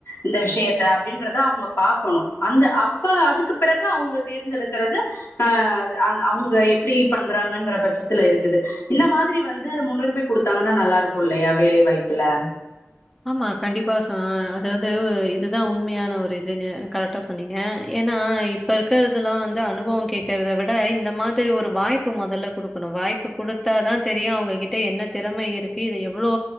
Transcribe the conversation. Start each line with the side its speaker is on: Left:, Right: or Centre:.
Left: இந்த விஷயத்த அப்டின்றத அவுங்க பாக்கணு அந்த அப்ப அதுக்கு பிறகு அவுங்க தேர்ந்தெடுக்கறது அ அத அ அவுங்க எப்டி பண்றாங்கன்ற பட்சத்துல இருக்குது இந்த மாதிரி வந்து முன்னுரிமை குடுத்தாங்கன்னா நல்லாருக்கு இல்லையா வேலை வாய்ப்புல
Centre: ஆமா கண்டிப்பா ச அதாவது இதுதா உண்மையான ஒரு இதுனு கரெக்டா சொன்னீங்க ஏன்னா இப் இப்ப இருக்கிறதுல வந்து அனுபவ கேட்கறத விட இந்த மாதிரி ஒரு வாய்ப்பு மொதல்ல குடுக்கணு வாய்ப்பு குடுத்தாதா தெரியு அவுங்ககிட்ட என்ன திறம இருக்கு இத எவ்ளோ